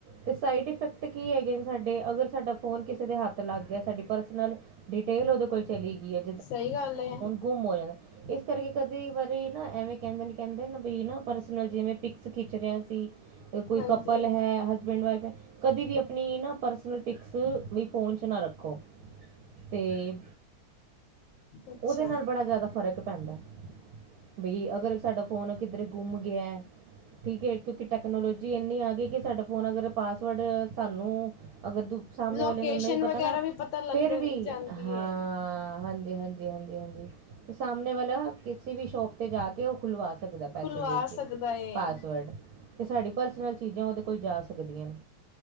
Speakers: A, on the right; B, on the left.
A: ਤੇ ਸਾਈਡ ਇਫੈਕਟ ਕੀ ਹੈਗੇ ਸਾਡੇ ਅਗਰ ਸਾਡਾ ਫੋਨ ਕਿਸੇ ਦੇ ਹੱਥ ਲੱਗ ਗਿਆ, ਸਾਡੀ ਪਰਸਨਲ ਡਿਟੇਲ ਉਹਦੇ ਕੋਲ ਚਲੀ ਗਈ ਐ।
B: ਸਹੀ ਗੱਲ ਐ।
A: ਗੁਮ ਹੋਏ। ਇਸ ਕਰਕੇ ਕਦੇ ਵਾਰੀ ਨਾ ਐਵੇਂ ਕਹਿੰਦੇ ਨ -ਕਹਿੰਦੇ ਨ ਬੀ ਨਾ ਪਰਸਨਲ ਜਿਵੇਂ ਪਿਕਸ ਖਿੱਚ ਰਿਹਾ ਸੀ। ਕੋਈ
B: ਹਾਂਜੀ
A: ਕੱਪਲ ਹੈ, ਹਸਬੈਂਡ ਵਾਈਫ ਹੈ। ਕਦੀ ਵੀ ਅਪਨੀ ਨਾ ਪਰਸਨਲ ਪਿਕਸ, ਵੀ, ਫੋਨ 'ਚ ਨਾ ਰੱਖੋ। ਤੇ,
B: ਅੱਛਾ
A: ਉਦੇ ਨਾਲ, ਬੜਾ ਜਾਦਾ ਫ਼ਰਕ ਪੈਂਦਾ। ਬਈ, ਅਗਰ ਸਾਡਾ ਫੋਨ, ਕਿੱਧਰੇ ਗੁੰਮ ਗੇਆ। ਠੀਕ ਐ, ਕਿਉਂਕਿ ਟੈਕਨੋਲਜੀ ਇੰਨੀ ਆ ਗਈ, ਕਿ ਸਾਡਾ ਫੋਨ ਅਗਰ ਪਾਸਵਰਡ ਸਾਨੂੰ ਅਗਰ ਦ ਸਾਮਣੇ
B: ਲੋਕੇਸ਼ਨ
A: ਵਾਲੇ ਨੂੰ ਨਈਂ ਪਤਾ
B: ਵਗੈਰਾ
A: ਨਾ,
B: ਵੀ ਪਤਾ ਲੱਗ
A: ਫੇਰ ਵੀ,
B: ਜਾਂਦੀ
A: ਹਾਂ
B: ਏ।
A: ਹਾਂਜੀ- ਹਾਂਜੀ। ਹਾਂਜੀ- ਹਾਂਜੀ ਤੇ, ਸਾਹਮਣੇ ਵਾਲਾ, ਕਿਸੀ ਵੀ ਸ਼ੋਪ ਤੇ ਜਾ ਕੇ ਓ ਖੁਲਵਾ ਸਕਦਾ, ਪੈਸੇ
B: ਖੁਲਵਾ
A: ਦੇ ਕੇ,
B: ਸਕਦਾ ਏ।
A: ਪਾਸਵਰਡ ਤੇ, ਸਾਡੀ ਪਰਸਨਲ ਚੀਜਾਂ, ਓਦੇ ਕੋਲ ਜਾ ਸਕਦੀਆਂ ਨ